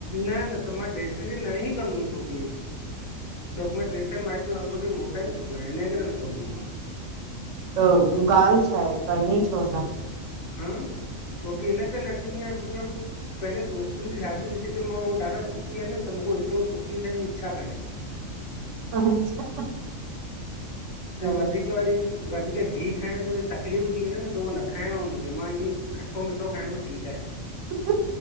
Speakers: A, on the left; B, on the right.
A: न, न त मां डेस्टरी न हीं कंदुमि छोकी छोकि मां ट्रे चार माइट्रय अङुठी मोटाए चुकियो आहिया, हिनन करे न कंन्दम मां
B: अ ॻाल्हि छा आहे करणी छो नाऐ?
A: हं छोकी हिनखे नखणी आ छोकी मुंखे पंहिंजे दोस्तनि जी शादी ॾिसी करे, मां उह ॾाढा सुखी आहिनि न, त मुंखे एतिरो सुखी थियण इच्छा कान्हे <inaudible>
B: अच्छा,
A: छा
B: सइ
A: वधीक
B: आ।
A: वधीक घीहु खाइण त तकलीफ़ थी वेंदी आ न, त न खाइणो आ मुखे। मां इएंं खट्टो-मिठो खाइण में ठीकु आहियां।
B: आहे।